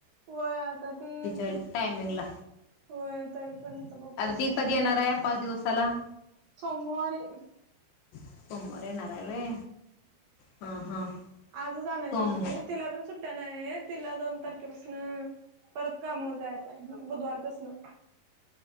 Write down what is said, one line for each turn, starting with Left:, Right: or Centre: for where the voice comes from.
Right: वय आता तीयीलकी,
Left: तिच्या टायमिंगला
Right: वय तरी पण आता बगु कसकस
Left: ती कधी
Right: कायकाय
Left: येणार आहे पाच दिवसाला
Right: सोमवारी.
Left: सोमवारी येणार. चाल रे हा हा
Right: ज आणायची
Left: सोम
Right: होती, तिला अजून सुट तनये तिला दोन तारखेपसनपरत काम वर जायचंय बुधवारपसन